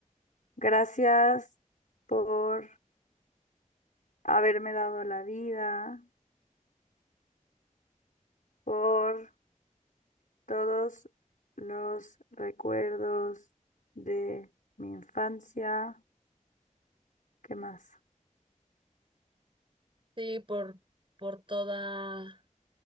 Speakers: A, on the left; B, on the right.
A: gracias por haberme dado la vida, por todos los recuerdos de mi infancia. ¿Qué más?
B: Sí, por, por todas